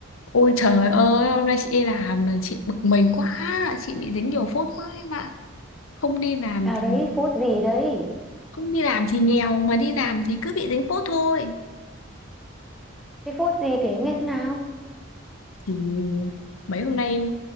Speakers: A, on the left; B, in the centre.
A: Ôi trời ơi, hôm nay chị đi làm mà chị bực mình quá, chị bị dính nhiều phốt quá em ạ. Không đi làm
B: Sao
A: thì
B: đấy, phốt gì đấy?
A: không đi làm thì nghèo mà đi làm thì cứ bị dính phốt thôi.
B: Cái phốt gì kể em nghe xem nào.
A: thì mấy hôm nay em-